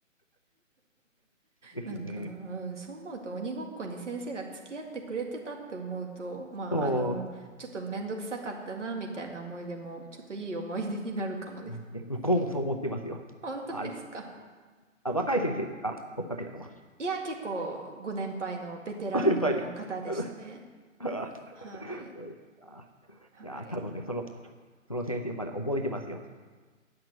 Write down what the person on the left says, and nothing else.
<laughs> ですよね。
うん。
<laughs> え向こうもそう思ってますよ。
あ、あ若い先生ですか追っかけたのか
ご先輩です。<laughs> あ
そうですか
いや、多分ね、その、その先生まだ覚えてますよ。